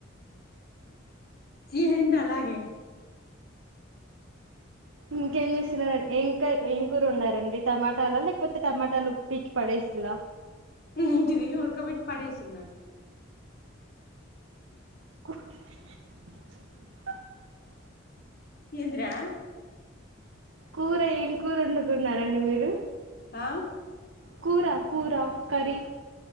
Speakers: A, on the left; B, on the right.
A: జీహేంటలాగే
B: ఇంకేం చేసినారం ఏంకరి ఏంకూరోండరండి టమాటాలా లేకపోతే టమాటాలు పికి పడేసిల్లా
A: ఏంటిది ఉడకబెట్టి పడేసిన్న
B: <inaudible>
A: ఏందిరా
B: కూర ఏం కూర వోండుకున్నారండి మీరు
A: ఆ
B: కూర కూర కరి